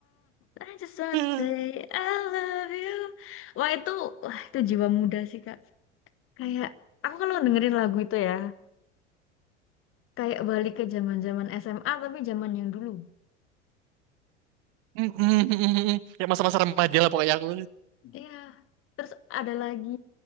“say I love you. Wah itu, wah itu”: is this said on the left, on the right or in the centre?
Left